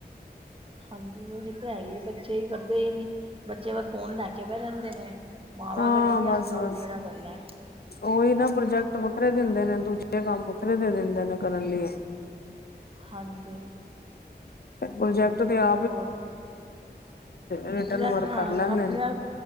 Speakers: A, on the right; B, on the left.
A: ਹਾਂਜੀ, ਉਹੀ ਤਾਂ ਹੈ ਹੀ ਹੈ ਬੱਚੇ ਕਰਦੇ ਹੀ ਨੀ। ਬੱਚੇ ਬਸ ਫੋਨ ਲੈ ਕੇ ਬੈ ਜਾਂਦੇ ਨੇ। ਮਾਵਾਂ
B: ਹਾਂ
A: ਕਰੇਗੀਆ
B: ਬਸ
A: ਕੰਮ
B: ਬਸ
A: ਜਿਹੜਾ ਕਰਨਾ।
B: ਉਹੀ ਨਾ ਪ੍ਰੋਜੈਕਟ ਵੱਖਰੇ ਦਿੰਦੇ ਨੇ ਦੂਜੇ ਕੰਮ ਵੱਖਰੇ ਦੇ ਦਿੰਦੇ ਨੇ ਕਰਨ ਲਈ ਏ।
A: ਹਾਂਜੀ।
B: ਪ੍ਰੋਜੈਕਟ ਤੇ ਆ।
A: ਹੋਰ,
B: ਰਿਟਰਨ
A: ਪ੍ਰੋਜੈਕਟ
B: ਵਰਕ
A: ਹਾਂ
B: ਕਰ ਲੈਂਦੇ
A: ਆਪਣੇ
B: ਨੇ
A: ਆਪ।